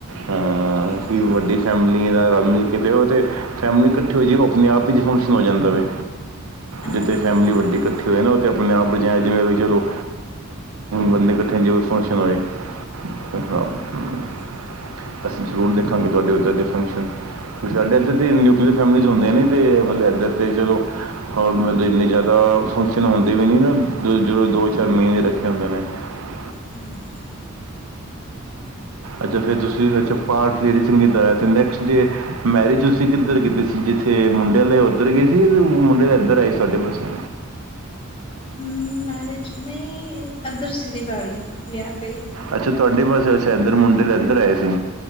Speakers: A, on the right; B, on the left.
A: ਹਾਂ
B: ਹਾਂਜੀ,
A: ਕਿ ਵੱਡੀ ਫੈਮਿਲੀ ਦਾ ਰਲ ਕਿਤੇ ਹੋ ਤੇ ਫੈਮਲੀ ਇਕੱਠੀ ਹੋ ਜਾ ਆਪਣੇ ਆਪ ਹੀ ਫੰਕਸ਼ਨ ਹੋ ਜਾਂਦਾ ਵੇ।
B: ਹਾਂਜੀ,
A: ਜਿੱਥੇ ਫੈਮਿਲੀ
B: ਹਾਂਜੀ,
A: ਵੱਡੀ ਕੱਠੀ ਨਾ ਆਪਣੇ ਆਪ ਜਾਂ ਜਿਵੇਂ ਚਲੋ ਬੰਦੇ ਕੱਠੇ ਜਿਵੇਂ ਫੰਕਸ਼ਨ ਹੋਏ। <unintelligible>
B: ਹਾਂਜੀ, ਹਾਂਜੀ,
A: ਅਸੀਂ ਜ਼ਰੂਰ ਦੇਖਾਂਗੇ ਤੁਹਾਡੇ ਉਦਰ ਦੇ ਫੰਕਸ਼ਨ ਕਿਉਂਕ ਸਾਡੇ ਇੱਧਰ ਦੇ ਨਿਊਕਲੀਅਰ ਫੈਮਲੀਜ਼ ਹੁੰਦੇ ਨੇ। ਤੇ ਮਤਲਬ ਇੱਧਰ ਤੇ ਚਲੋ ਹੋਰ ਮਤਲਬ ਇੰਨੇ ਜ਼ਿਆਦਾ ਫੰਕਸ਼ਨ ਹੁੰਦੇ ਵੀ ਨੀ ਨਾ ਜਦੋਂ ਦੋ ਚਾਰ ਮਹੀਨੇ ਰੱਖੇ ਹੁੰਦੇ ਨੇ। ਹ। <unintelligible>
B: ਹਾਂਜੀ।
A: ਅੱਛਾ ਫਿਰ ਤੁਸੀਂ ਅੱਛਾ ਪਾਠ ਲੇਡੀ ਸੰਗੀਤ ਤੇ ਨੈਕਸਟ ਡੇ ਮੈਰਿਜ ਤੁਸੀਂ ਕਿੱਧਰ ਕੀਤੀ ਸੀ। ਜਿੱਥੇ ਮੁੰਡੇ ਵਾਲੇ ਉੱਧਰ ਗਏ ਸੀ ਮੁਡੇ ਇੱਧਰ ਆਏ ਸਾਡੇ ਪਾਸੇ।
B: ਹਮ ਮੈਰਿਜ ਨਹੀਂ ਇੱਧਰ ਸੀ ਰਿਵਾੜੀ ਵਿਆਹ ਤੇ।
A: ਅੱਛਾ ਤੁਹਾਡੇ ਪਾਸੇ ਅਛਾ ਐਦਰ ਮੁੰਡੇ ਤੇ ਐਦਰ ਆਏ ਸੀ।